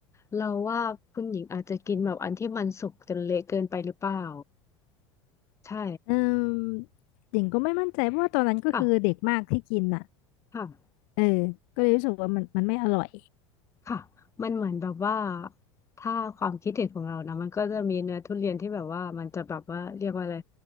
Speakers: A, on the left; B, on the left.
A: เราว่าคุณหญิงอาจจะกินแบบอันที่มันสุกจนเละเกินไปหรือเปล่าใช่
B: เออหญิงก็ไม่มั่นใจเพราะว่าตอนนั้นก็คือเด็กมากที่กินอ่ะ
A: เปล่าค่ะ
B: เออก็เลยรู้สึกว่ามันมันไม่อร่อย
A: ค่ะมันเหมือนแบบว่าถ้าความคิดเห็นของเรานะมันก็จะมีเนื้อทุเรียนที่แบบว่ามันจะแบบว่าเรียกว่าอะไร